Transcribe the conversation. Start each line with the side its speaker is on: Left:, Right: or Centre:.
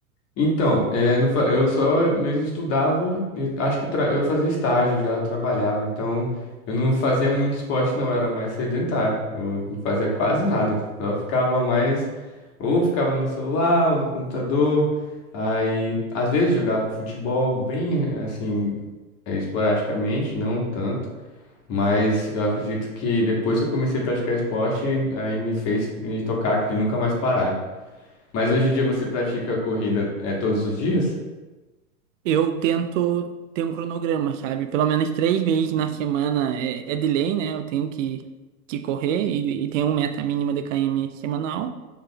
Left: Então, é, não fa- eu só mesmo estudava, e acho que tra- eu fazia estágio já, eu trabalhava, então eu não fazia muito esporte não, eu era mais sedentário, eu não fazia quase nada, só ficava mais, ou ficava no celular, ou no computador, aí às vezes jogava um futebol bem assim, é, esporadicamente, não tanto, mas eu acredito que depois que eu comecei a praticar esporte, aí me fez me tocar de nunca mais parar. Mas hoje em dia você pratica corrida é, todos os dias?
Right: Eu tento ter um cronograma, sabe? Pelo menos três vezes na semana é, é de lei, né? Eu tenho que, que correr e, e tenho uma meta mínima de km semanal.